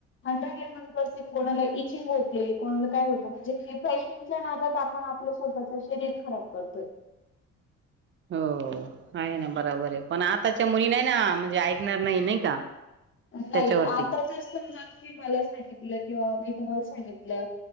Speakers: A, on the left; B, on the right.
A: हंड्रेड अँड वन परसेंट कोणाला इचींग होते कोणाला काय होतं म्हणजे हे फॅशनच्या नादात आप आपण आपलं स्वतःच शरीर खराब करतो.
B: हो आहे ना बराबर आहे,. पण आताच्या मुली नाही ना म्हणजे ऐकणार नाही नाही का
A: नाही
B: त्याच्यावरती
A: आता जर समजा तुम्ही मला सांगितलं किंवा, सांगितलं